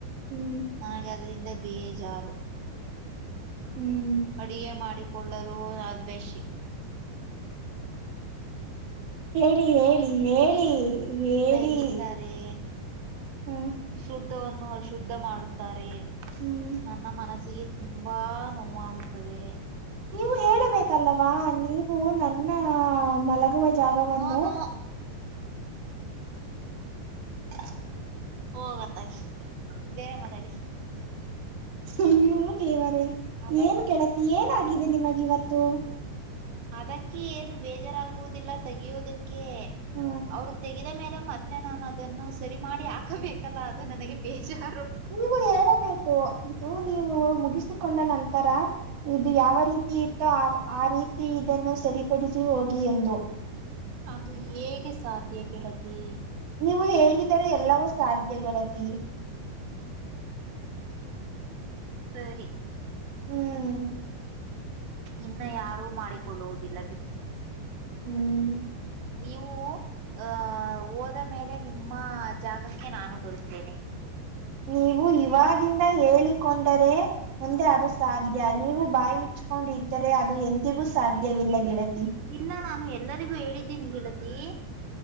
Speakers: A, on the right; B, on the right.
A: ಹ್ಮ್
B: ನನಗೆ ಅದರಿಂದ ಬೇಜಾರು.
A: ಹ್ಮ್
B: ಅಡುಗೆ ಮಾಡಿಕೊಳ್ಳಲು ಅದ್ಬಷಿ
A: ಹೇಳಿ ಹೇಳಿ ಹೇಳಿ ಹೇಳಿ
B: ತಗಿತಾರೆ.
A: ಹ
B: ಶುದ್ಧವನ್ನು ಅಶುದ್ಧ ಮಾಡುತ್ತಾರೆ.
A: ಹ್ಮ್
B: ನನ್ನ ಮನಸ್ಸಿಗೆ ತುಂಬ ನೋವಾಗುತ್ತದೆ.
A: ನೀವು ಹೇಳಬೇಕಲ್ಲವಾ ನೀವು ನನ್ನ ಮಲಗುವ ಜಾಗವನ್ನು
B: ನೋ ನೋ
A: ಹ <inaudible>
B: ಹೋಗತ್ತಾಗಿ. ಬೇರೆ ಮಾತಾಡಿ?
A: ಅಯ್ಯೂ ದೇವರೇ
B: ಅದಕ್ಕೆ
A: ಏನ್ ಗೆಳತಿ ಏನಾಗಿದೆ ನಿಮಗ ಇವತ್ತು
B: ಅದಕ್ಕೆ ಏನು ಬೇಜಾರಾಗುವುದಿಲ್ಲ ತೆೆಗೆಯೋದಕ್ಕೆ.
A: ಹ
B: ಅವ್ರು ತೆೆಗೆದ ಮೇಲೆ ಮತ್ತೆ ನಾನು ಅದನ್ನು ಸರಿ ಮಾಡಿ ಹಾಕಬೇಕಲ್ಲ ಅದು ನನಗೆ ಬೇಜಾರು
A: ನೀವು ಹೇಳಬೇಕು ಇದು ನೀವು ಮುಗಿಸಿಕೊಂಡ ನಂತರ ಇದು ಯಾವ ರೀತಿ ಇತ್ತು ಆ ರೀತಿ ಇದನ್ನು ಸರಿಪಡಿಸಿ ಹೋಗಿ ಎಂದು
B: ಅದು ಹೇಗೆ ಸಾಧ್ಯ ಗೆಳತಿ
A: ನೀವು ಹೇಳಿದರೆ ಎಲ್ಲವೂ ಸಾಧ್ಯ ಗೆಳತಿ.
B: ಸರಿ
A: ಹ್ಮ್
B: ಇನ್ನ ಯಾರು ಮಾಡಿಕೊಳ್ಳುವುದಿಲ್ಲ. ಬಿಡಿ
A: ಹ್ಮ್
B: ನೀವು ಆಹ ಹೋದ ಮೇಲೆ ನಿಮ್ಮ ಜಾಗಕ್ಕೆ ನಾನು ಬರುತ್ತೇನೆ.
A: ನೀವು ಇವಾಗಿಂದ ಹೇಳಿಕೊಂಡರೆ ಮುಂದೆ ಅದು ಸಾಧ್ಯ ನೀವು ಬಾಯಿ ಮುಚ್ಕೊಂಡಿದ್ದರೆ ಅದು ಎಂದಿಗೂ ಸಾಧ್ಯವಿಲ್ಲ ಗೆಳತಿ.
B: ಇಲ್ಲ ನಾನು ಎಲ್ಲರಿಗೂ ಹೇಳಿದ್ದೀನಿ ಗೆಳತಿ